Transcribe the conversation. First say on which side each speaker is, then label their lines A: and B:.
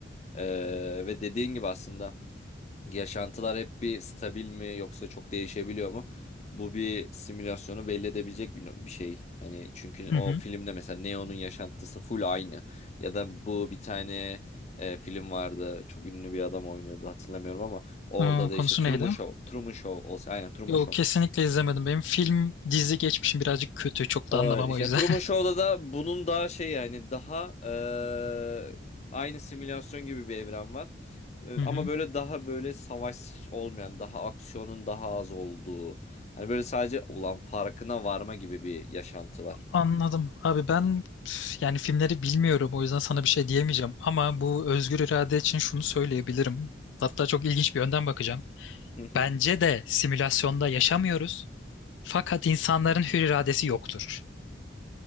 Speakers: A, on the left; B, on the left.
A: Ee, ve dediğin gibi aslında Yaşantılar hep bir stabil mi yoksa çok değişebiliyor mu? Bu bir simülasyonu belli edebilecek bir, no, bir şey. Hani çünkü
B: Hı
A: o
B: hı.
A: filmde mesela Neo'nun yaşantısı full aynı. Ya da bu bir tane e, film vardı. Çok ünlü bir adam oynuyordu hatırlamıyorum ama orada
B: Aa,
A: da
B: konusu
A: işte Truman
B: neydi?
A: Show. Truman Show olsa aynen Truman
B: Yok
A: Show.
B: kesinlikle izlemedim. Benim film dizi geçmişim birazcık kötü. Çok
A: Olabilir.
B: da anlamam
A: İşte
B: o yüzden.
A: Truman Show'da da bunun daha şey yani daha e, aynı simülasyon gibi bir evren var. E,
B: <laughs> Hı
A: Ama
B: hı.
A: böyle daha böyle savaş olmayan, daha aksiyonun daha az olduğu. Hani böyle sadece ulan farkına varma gibi bir yaşantı var.
B: Anladım. Abi ben üf, yani filmleri bilmiyorum o yüzden sana bir şey diyemeyeceğim. Ama bu özgür irade için şunu söyleyebilirim. Hatta çok ilginç bir yönden bakacağım.
A: Hı hı.
B: Bence de simülasyonda yaşamıyoruz. Fakat insanların hür iradesi yoktur.